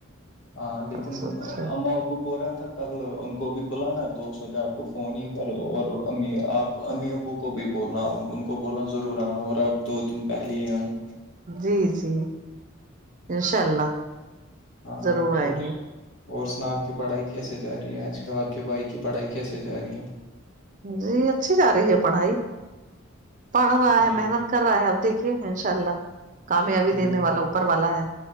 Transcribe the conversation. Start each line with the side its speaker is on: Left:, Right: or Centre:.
Left: ہاں لیکن
Right: اچھا اچھا
Left: اا ابو بول رہا تھا کل ان کو بھی بلانا تو سجھے آپ کو فون ہی کر اور ا آپ امی اب کو بھی بولا ان کو بوولنا ضرور آنا اور اب دو دن پہلے ہی آنا
Right: جی جی انشاء اللہ
Left: ہاں
Right: ضرور آئیں
Left: اور
Right: گے
Left: اور سنا آپ کی پڑھائی کیسے جا رہی ہے آج کل آپ کے بھائی کی پڑھائی کیسے جا رہی ہے
Right: جی اچھی ج رہی ہے پڑھائی پڑھ رہا
Left: ہاں
Right: ہے
Left: ٹھیک
Right: محنت کر رہا ہے اب دیکھیے ان شاء اللہ کامیابی
Left: وہی
Right: دینے والا اوپر والا ہے